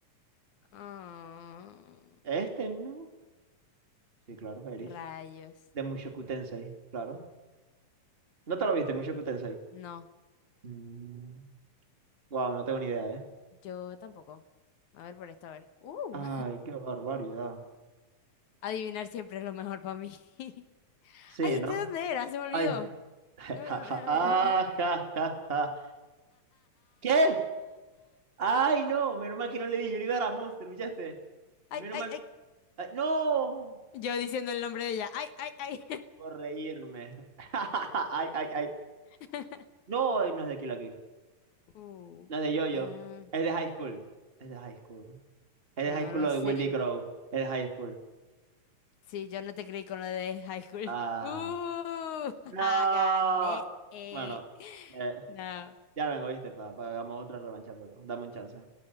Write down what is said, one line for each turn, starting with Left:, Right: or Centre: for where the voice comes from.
Left: Ah,
Right: este no. Sí, claro, Eris.
Left: rayos.
Right: De Mushoku Tensei, claro. ¿No te lo viste, Mushoku Tensei?
Left: No,
Right: Wow, no tengo ni idea, ¿eh?
Left: yo tampoco. A ver por esto, a ver. Uh,
Right: Ay, qué barbaridad.
Left: <laughs> adivinar siempre es lo mejor para mí. <laughs>
Right: Sí,
Left: Ay, ¿este
Right: ¿no?
Left: dónde era? Se me olvidó.
Right: Ay. <laughs>
Left: <laughs>
Right: Ja, ja, ah, ja, ja, ja. ¿Qué? Ay, no, menos mal que no le di, yo le iba a dar a Monster, ¿escuchaste?
Left: Ay,
Right: Menos
Left: ay,
Right: mal.
Left: ay.
Right: Ay, no,
Left: Yo diciendo el nombre de ella. Ay, ay, ay.
Right: por reírme. <laughs> Ay, ay, ay.
Left: <laughs>
Right: No, ay, no es de Kill la
Left: Uh,
Right: No es de Yoyo.
Left: eh,
Right: Es de High School. Es de High School. Es de
Left: no
Right: High School
Left: lo
Right: lo
Left: sé.
Right: de Willy Crow. Es de High School.
Left: Sí, yo no te creí con lo de high school.
Right: Ah.
Left: ¡Uh! <laughs>
Right: No.
Left: ja, gané. eh.
Right: Bueno, eh,
Left: No.
Right: ya vengo, ¿viste? Para que hagamos otra revancha, pero dame un chance.